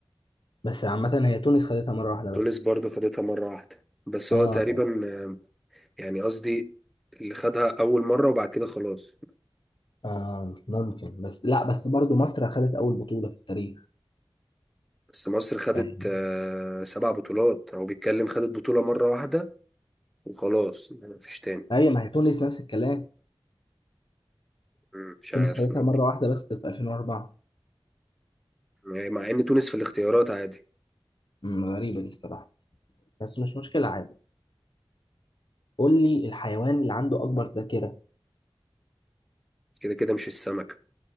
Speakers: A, on the left (about 60°); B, in the centre.
A: بس عامة هي تونس خدتها مرة واحدة
B: تونس
A: بس
B: برضه خدتها مرة واحدة بس
A: اه
B: هو تقريبا آه، يعني قصدي اللي خدها أول مرة وبعد كده خلاص
A: آه، ممكن بس بس لا بس برضو مصر خدت أول بطولة في التاريخ
B: بس مصر خدت
A: فاهم
B: آه سبع بطولات هو بيتكلم خدت بطولة مرة واحدة وخلاص يعني مفيش تاني
A: هي ما هي تونس نفس الكلام
B: مم، مش
A: تونس
B: عارف
A: خدتها
B: ممكن
A: مرة واحدة بس في 2004
B: يعني مع إن تونس في الاختيارات عادي
A: أمم، غريبة دي الصراحة بس مش مشكلة عادي قول لي الحيوان اللي عنده أكبر ذاكرة
B: كده كده مش السمكة